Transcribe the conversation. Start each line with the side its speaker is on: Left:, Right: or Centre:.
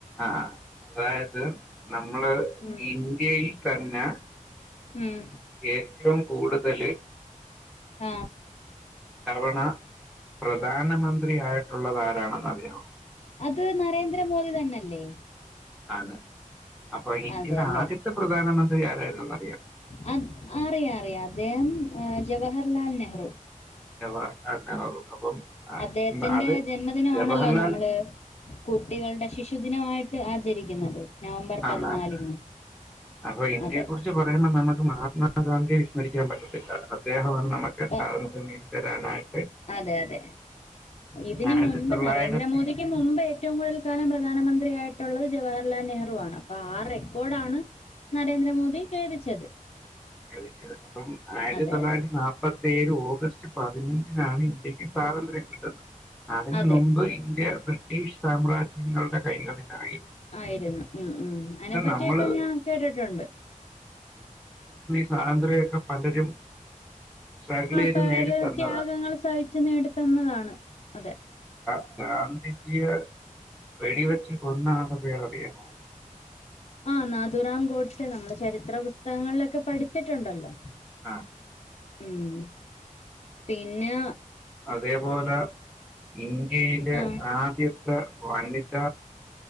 Centre: ആ അതായത് നമ്മള്
Left: ഉം
Centre: ഇന്ത്യയിൽ തന്നെ
Left: ഉം
Centre: ഏറ്റവും കൂടുതല്
Left: ആഹ്
Centre: തവണ പ്രധാനമന്ത്രി ആയിട്ടുള്ളതാ രാണെന്ന് അറിയാവൊ
Left: അത് നരേന്ദ്ര മോദി തന്നെല്ലേ
Centre: അതെ അപ്പൊ ഇന്ത്യയുടെ
Left: അതെ അല്ലേ
Centre: ആദ്യത്തെ പ്രധാനമന്ത്രി ആരായിരുന്നെന്നറിയൊ
Left: അത് അറിയാം അറിയാം അദ്ദേഹം ജവഹർലാൽ നെഹറു
Centre: ജവഹർലാൽ നെഹറു അപ്പം
Left: അദ്ദേഹത്തിന്റെ
Centre: അത്
Left: ജന്മദിനമാണല്ലോ
Centre: ജവഹർലാൽ
Left: നമ്മള് കുട്ടികളുടെ ശിശുദിനമായി ട്ട് ആചരിക്കുന്നത് നവംബർ പതിനാലിന്
Centre: ആന്നാന്ന് അപ്പം ഇന്ത്യെയെ
Left: അതെ
Centre: കുറിച്ച് പറയുമ്പം നമുക്ക് മഹാത്മാഗാന്ധി ടെ സ്മരിക്കാൻ പറ്റത്തില്ല അദ്ദേഹമാണ് നമുക്ക്
Left: അപ്പൊ
Centre: സ്വാതന്ത്ര്യം നേടി തരാനായി
Left: അതെ അതെ ഇതിന്
Centre: ആയിരത്തി
Left: മുൻപ്
Centre: തൊള്ളായിരത്തി
Left: നരേന്ദ്രമോദിക്ക് മുമ്പ് ഏറ്റവും കൂടുതൽ കാലം പ്ര പധാനമന്ത്രിയായിട്ടുള്ളത് ജവഹർലാൽ നെഹ്റു ആണ് അപ്പൊ ആ റെക്കോർഡ് ആണ് നരേന്ദ്രമോദി ഭേദിച്ചത്
Centre: ശ ശരി അപ്പം ആയിരത്തി
Left: അതെ
Centre: തൊള്ളായിരത്തി
Left: അതെ
Centre: നാല്പ്പത്തി ഏഴ്‌ ഓഗസ്റ്റ് പതിനഞ്ചിനാണ് ഇന്ത്യക്ക് സ്വാതന്ത്ര്യം കിട്ടുന്നത് അതിനന്
Left: അതെ
Centre: മുമ്പ് ഇന്ത്യ ബ്രിട്ടീഷ് സാമ്രാജ്യങ്ങളുടെ കൈകളിലായി
Left: ആയിരുന്നു ഉം ഉം അതിനെ പറ്റിയൊക്കെ
Centre: നമ്മള്
Left: ഞാൻ കേട്ടിട്ടുണ്ട്
Centre: സ്വാതന്ത്ര്യൊക്കെ പലരും സ്ട്രഗിൾ
Left: ആ
Centre: ചെയ്ത്
Left: പല
Centre: നേടിത്തന്നതാണ്
Left: ത്യാഗങ്ങൾ സഹിച്ചു നേടി തന്നതാണ് അതെ
Centre: <unintelligible> പിജയ വെടി വെച്ചു കൊന്ന ആള പേരറിയാമോ
Left: ആ നാതുറാം ഗോട്സെ നമ്മല്ലേ ചരിത്ര പുസ്തകങ്ങളിലൊക്കെ പഠിച്ചിട്ടുണ്ടല്ലോ
Centre: ആഹ്
Left: ഉം പിന്നെ
Centre: അതേപോലെ ഇന്ത്യയിലെ
Left: ആ
Centre: ആദ്യത്തെ വനിത